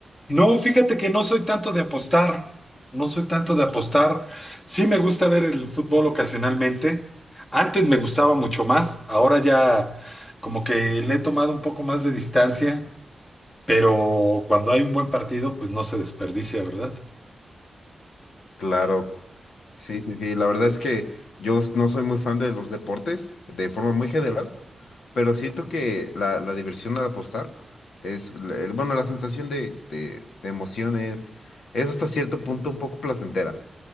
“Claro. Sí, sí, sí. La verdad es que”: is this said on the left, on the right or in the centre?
Left